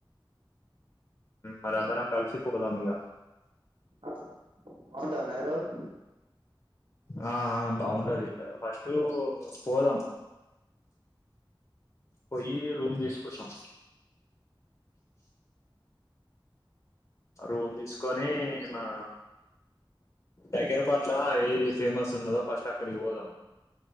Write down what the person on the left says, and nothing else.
మరి అందరం కలిసిపో పోతాం ఇగ
ఆ బాగుంటది ఫస్ట్ పోదాం పోయి రూమ్ తీసుకొందం రూమ్ తీసుకొని మన దగ్గర పట్ల ఏది ఫేమస్ ఉన్నదో ఫస్ట్ అక్కడికి పోదాం.